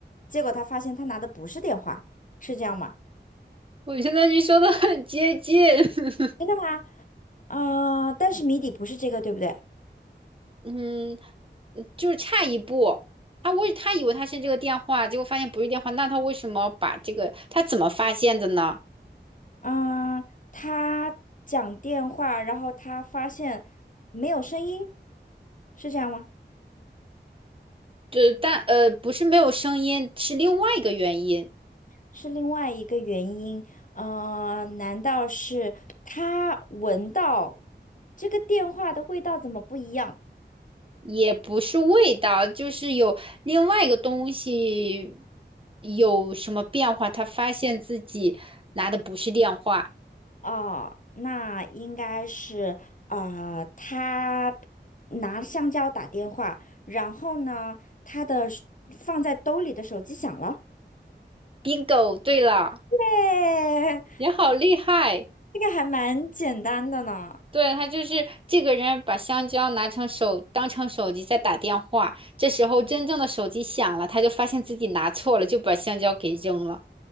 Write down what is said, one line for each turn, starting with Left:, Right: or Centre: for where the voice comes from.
Left: 结果他发现他拿的不是电话，是这样吗？
Right: 我觉得你说的很接近。<laughs>
Left: 真的吗？嗯、但是谜底不是这个，对不对？
Right: 嗯，嗯就是差一步。他为他以为他是这个电话，结果发现不是电话，那他为什么把这个他怎么发现的呢？
Left: 嗯，他讲电话，然后他发现没有声音，是这样吗？
Right: 就是但呃不是没有声音，是另外一个原因，
Left: 是另外一个原因。呃，难道是他闻到这个电话的味道怎么不一样？
Right: 也不是味道，就是有另外一个东西有什么变化，他发现自己拿的不是电话。
Left: 哦，那应该是啊、呃他拿香蕉打电话，然后呢，他的手放在兜里的手机响了。
Right: bingo，对了，
Left: <laughs> 哎，
Right: 你好厉害。
Left: 这个还蛮简单的呢。
Right: 对，他就是这个人把香蕉拿成手，当成手机在打电话。这时候真正的手机响了，他就发现自己拿错了，就把香蕉给扔了。